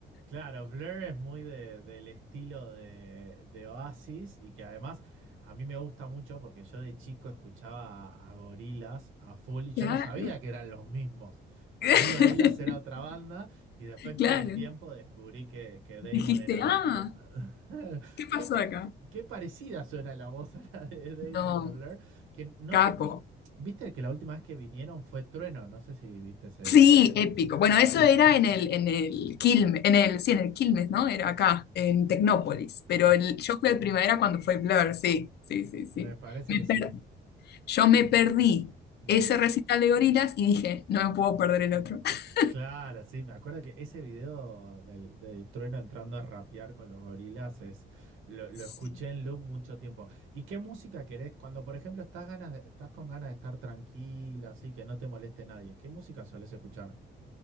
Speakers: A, on the right; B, on the left.
A: Claro, Blur es muy de- del estilo de, de Oasis y que además a mí me gusta mucho porque yo de chico escuchaba a, Gorilas a full y yo
B: Claro,
A: no sabía que eran los mismos. Para
B: <laughs>
A: mí Gorilas era otra banda y después con
B: claro.
A: el tiempo descubrí que, que Damon
B: Dijiste,
A: era...
B: ah,
A: <laughs>
B: ¿qué pasó
A: Qué,
B: acá?
A: qué parecida suena la voz a la de Damon
B: No,
A: de Blur, que no
B: capo.
A: sé, vi- viste que la última vez que vinieron fue Trueno, no sé si viste ese...
B: Sí, épico. Bueno, eso era en el, en el Quilmes, en el, sí, en el Quilmes, ¿no? Era acá, en Tecnópolis.
A: Me,
B: Pero el, yo fui al Primavera cuando fue Blur, sí, sí, sí, sí.
A: me parece
B: Me
A: que
B: per-
A: sí,
B: yo me perdí
A: no.
B: ese recital de Gorilas y dije, no me puedo perder el otro. <laughs>
A: Claro, sí, me acuerdo que ese video del, de Trueno entrando a rapear con los gorilas es, lo, lo
B: Sí.
A: escuché en loop mucho tiempo. ¿Y qué música querés? Cuando, por ejemplo, estás ganas, de- estás con ganas de estar tranquila, así que no te moleste nadie, ¿qué música solés escuchar?